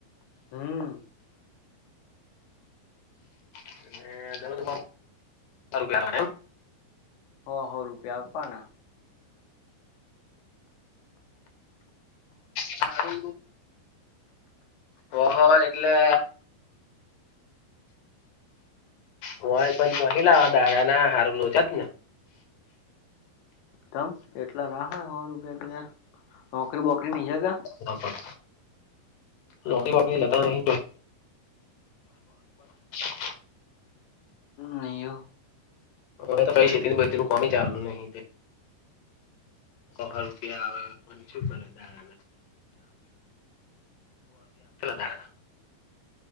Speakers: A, on the left; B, on the left.
A: હમ
B: <unintelligible>
A: હો હો રૂપિયા આપવાના
B: સારુ હોહો એટલે હોય પણ ચલા દાણા ના હારૂ લોચા જ ને
A: તમ એટલા ના હો રૂપિયા તો યાર નોકરી બોકરી ની જતા
B: બરોબર નોકરી બોકરી જાતા નહિ <unintelligible>
A: નિયુ
B: હવે તો પછી છેેતી બજતી નું કામ ચાલ નહી હો રૂપિયા આવે પણ શું કરે તા <unintelligible>